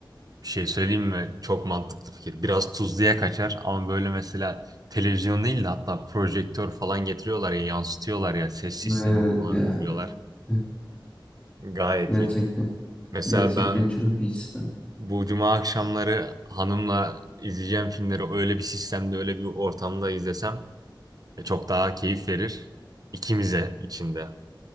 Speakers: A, on the right; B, on the left.
A: bir şey söyleyeyim mi? Çok mantıklı fikir. Biraz tuzluya kaçar ama böyle mesela televizyon değil de hatta projektör falan getiriyorlar ya yansıtıyorlar ya ses sistemi
B: Evet
A: falan
B: ya.
A: kuruyorlar.
B: evet.
A: Gayet
B: Gerçekten.
A: iyi. Mesela
B: Gerçekten
A: ben
B: çok iyi sistem.
A: bu cuma akşamları hanımla izleyeceğim filmleri öyle bir sistemde öyle bir ortamda izlesem E, çok daha keyif verir ikimize içinde.